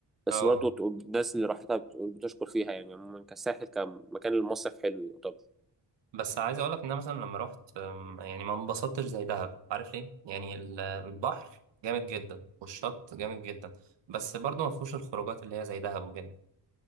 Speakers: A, in the centre; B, on the right (about 85°).
A: بس
B: اه
A: برضه تقول- الناس اللي راحتها بتقول بتشكر فيها يعني عموما كساحل كمكان المصيف حلو طب
B: بس عايز اقولك ان انا مثلا لما رحت آم، يعني ما انبسطتش زي دهب عارف ليه؟ يعني ال- البحر جامد جدا والشط جامد جدا بس برضه ما فيهوش الخروجات اللي هي زي دهب وكده